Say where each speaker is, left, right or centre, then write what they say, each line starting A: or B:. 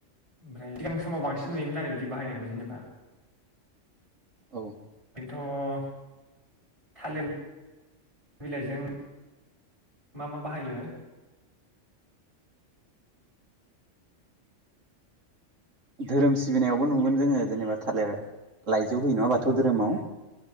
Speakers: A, on the right; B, on the right.
A: ओमफ्राय सिगां समाव बांसिन नुयोमोन आरो बिदि बाहायनायखौ जेनेबा
B: औ
A: नोथ' थालिर बिलाइजों मा मा बाहायो?
B: धोरोम सिबिनायावबो नुगोन जोङो जेनेबा थालिर लाइजौ होयो नङा बाथौ
A: औ
B: धोरोमाव